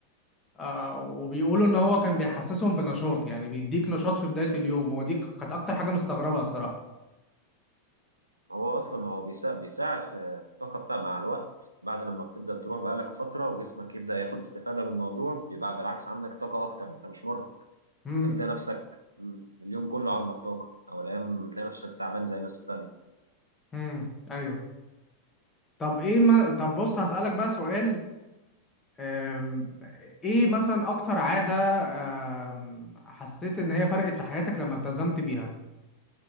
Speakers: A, on the left; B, on the right.
A: آه، وبيقولوا ان هو كان بيحسسهم بنشاط يعني بيديك نشاط في بداية اليوم ودي ك- كانت اكتر حاجة مستغربها الصراحة
B: هو اصلا هو بيساعد بيساعد في في الطاقه بتاع مع الوقت بعد لما بتبدا تروح بقالك فتره وجسمك يبدا ياخد استفاده من الموضوع بيبقى بالعكس عندك طاقه اكتر انت مش مرهق
A: امم
B: انت بتلاقي نفسك م، اليوم كله عندك طاقه او الايام بتلاقي نفسك تعبان زي الناس التانيه
A: امم ايوه طب ايه ما... طب بص هسألك بقى سؤال أم... ايه مثلا اكتر عادة أم... حسيت ان هي فرقت في حياتك لما التزمت بيها